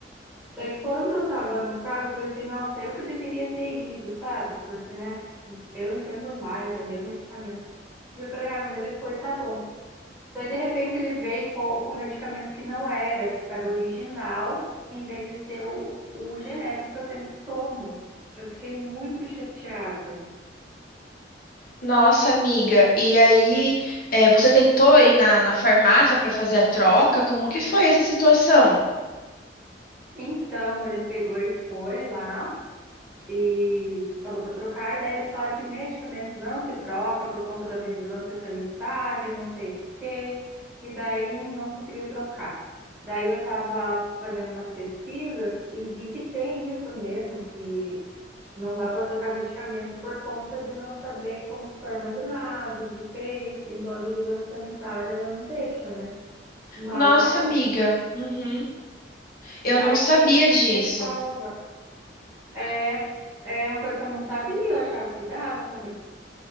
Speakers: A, in the centre; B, on the left.
A: Daí quando eu tava no carro, eu pensei, nossa, eu que deveria ter ido, sabe? Porque, né, eu entendo mais, é meu medicamento. Eu falei, ah, mas ele foi, tá bom. Daí, de repente, ele veio com, com medicamento que não era, tipo, era original, em vez de ser o, o genérico que eu sempre tomo. Eu fiquei muito chateada.
B: Nossa, amiga. E aí, eh, você tentou ir na, na farmácia pra fazer a troca? Como que foi essa situação?
A: Então, ele pegou e foi lá e falou para trocar, e daí eles falaram que medicamento não se troca por conta da vigilância sanitária, e não sei o quê, e daí não conseguiu trocar. Daí eu estava fazendo umas pesquisas e vi que tem isso mesmo, que Não dá para trocar medicamento por conta de não saber como que foi armazenado, o que que fez. Então, a vigilância sanitária, ela não deixa, né? Mas,
B: Nossa, amiga. Uhum. Eu
A: mas
B: não sabia
A: tem
B: disso.
A: ressalva. É, é uma coisa que eu não sabia, eu achava que dava também.